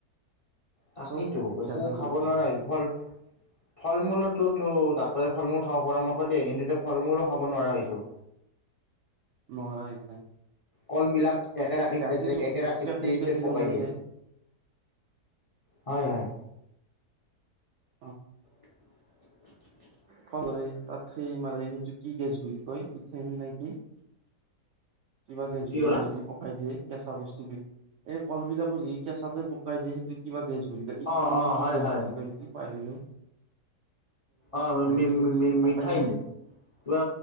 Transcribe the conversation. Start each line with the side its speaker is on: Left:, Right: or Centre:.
Left: তাকেইতো
Right: চব
Left: একো
Right: ভেজাল
Left: খাব
Right: জাতীয়
Left: নোৱাৰাই ফল ফল মূলতোতো ডাক্তৰে ফল মূল খাব পৰামৰ্শ দিয়ে কিন্তু এতিয়া ফল মূলো খাব নোৱাৰা হৈছো
Right: নোৱাৰা হৈছে
Left: কল বিলাক একেৰাৰাতীত
Right: গাখীৰ
Left: এ একেৰাতীততে
Right: পেকেট গাখীৰ
Left: পকাই
Right: ওলাইছে
Left: দিয়ে হয় হয়
Right: অ
Left: <unintelligible>
Right: ফলধৰে তাত সেই মাৰে সেইটো কি গেছ বুলি কয় ইঠেন নে কি কিবা গেছ
Left: কি
Right: বুলি
Left: ক'লা?
Right: কয় যে পকাই দিয়ে। কেঁচা বস্তু বি এই কল বিলাকো যি কেঁচাতে পক <unintelligible> কিবা গেছ বুলি তে ই
Left: অ',
Right: থান নে
Left: অ',
Right: কি
Left: হয়
Right: গেছ
Left: হয়।
Right: বুলি কয় সেইটো পাহৰিলোঁ।
Left: অ মি
Right: কি সেইটোতো
Left: মি মি মিঠাইন
Right: পকাই দিয়ে
Left: পোৰা